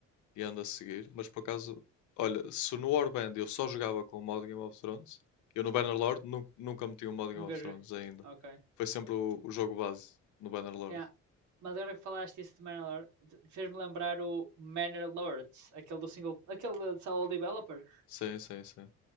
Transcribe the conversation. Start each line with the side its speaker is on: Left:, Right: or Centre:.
Left: e ando a seguir, mas por acaso, olha, se no Warband eu só jogava com o modo Game of Thrones, eu no Bannerlord nu nunca meti o modo
Right: Nunca
Left: Game of
Right: joguei.
Left: Thrones ainda.
Right: Ok.
Left: Foi sempre o, o jogo base no Bannerlord.
Right: Yeah. Mas agora que falaste isso de Manor Lord, fez-me lembrar o Manor Lords, aquele do single, aquele de solo developer.
Left: Sim, sim, sim.